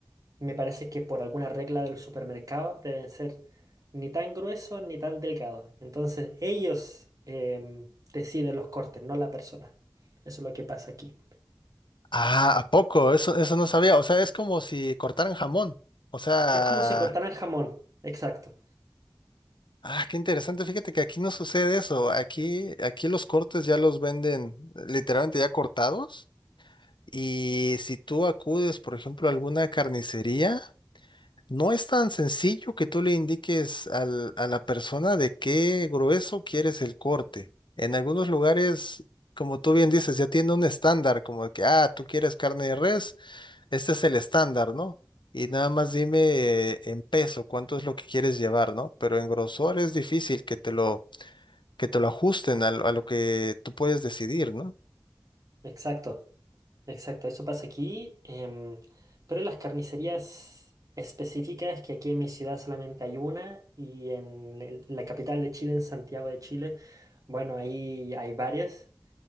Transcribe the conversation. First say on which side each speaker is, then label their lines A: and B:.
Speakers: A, on the right; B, on the left.
A: me parece que por alguna regla del supermercado deben ser ni tan gruesos ni tan delgados. Entonces ellos em, deciden los cortes, no la persona. Eso es lo que pasa aquí.
B: Ah, ¿a poco? Eso, eso no sabía. O sea, es como si cortaran jamón. O sea,
A: Es como si cortaran jamón. Exacto,
B: ah, qué interesante. Fíjate que aquí no sucede eso. Aquí, aquí los cortes ya los venden literalmente ya cortados. Y si tú acudes, por ejemplo, a alguna carnicería, No es tan sencillo que tú le indiques al- a la persona de qué grueso quieres el corte. En algunos lugares, como tú bien dices, ya tiene un estándar, como de que, ah, tú quieres carne de res, este es el estándar, ¿no? Y nada más dime eh, en peso cuánto es lo que quieres llevar, ¿no? Pero en grosor es difícil que te lo, que te lo ajusten a, lo a lo que tú puedes decidir, ¿no?
A: exacto. Exacto, eso pasa aquí, em, pero en las carnicerías específicas, que aquí en mi ciudad solamente hay una, y en el- la capital de Chile, en Santiago de Chile, bueno, ahí hay varias.